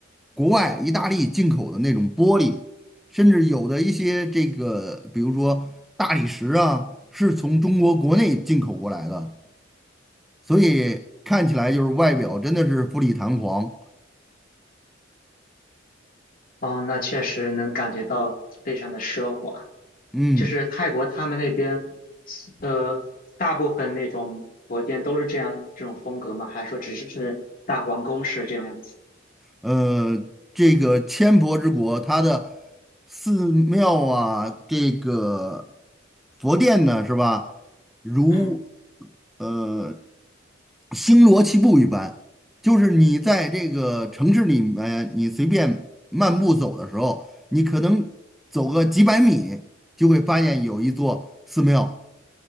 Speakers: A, in the centre; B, on the left (about 50°).
A: 国外意大利进口的那种玻璃，甚至有的一些这个，比如说大理石啊，是从中国国内进口过来的，所以看起来就是外表真的是富丽堂皇，
B: 哦，那确实能感觉到非常的奢华。
A: 嗯。
B: 就是泰国他们那边，呃，大部分那种佛殿都是这样这种风格吗？还是说只是是大皇宫式这种样子？
A: 呃，这个千佛之国，它的寺庙啊，这个佛殿呢，是吧？如
B: 嗯
A: 呃星罗棋布一般，就是你在这个城市里面，你随便漫步走的时候，你可能走个几百米，就会发现有一座寺庙。